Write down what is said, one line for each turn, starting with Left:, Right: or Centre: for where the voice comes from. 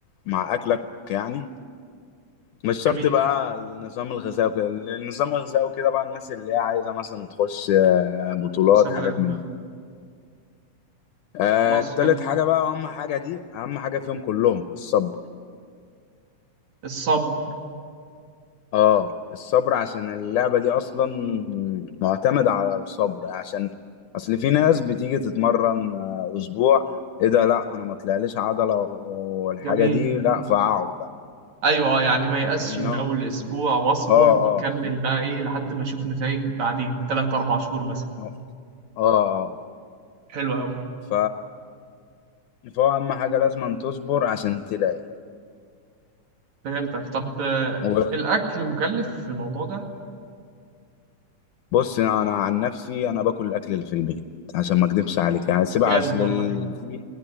Left: مع أكلك يعني مش شرط
Right: جميل
Left: بقى النظام الغذائي وكده النظام الغذائي وكده بقى الناس اللي هي عايزة مثلا تخش آه، بطولات
Right: مسابقات
Left: حاجات من
Right: بقى
Left: دي آه،
Right: خلاص
Left: تالت
Right: حلو
Left: حاجة بقى أهم حاجة دي أهم حاجة فيهم كلهم الصبر
Right: الصبر
Left: اه الصبر عشان اللعبة دي أصلا معتمدة على الصبر عشان أصل في ناس بتيجي تتمرن آه، أسبوع إيه ده لأ أنا ما طلعليش عضلة والحاجة
Right: جميل
Left: دي لأ فأقعد بقى
Right: ايوه آه، يعني ما يأسش
Left: إنما
Right: من اول اسبوع واصبر
Left: اه
Right: واكمل
Left: اه
Right: بقى ايه لحد ما اشوف نتائج بعدين 3 4 شهور مثلا
Left: اه اه
Right: حلو قوي
Left: ف فهو اهم حاجه لازم تصبر عشان تلاقي
Right: فهمتك طب آه،
Left: و...
Right: الأكل مكلف في الموضوع ده
Left: بص انا عن نفسي انا باكل الاكل اللي في البيت عشان ما اكدبش عليك يعني سيب
Right: جامد
Left: اصل
Right: والله
Left: ال... في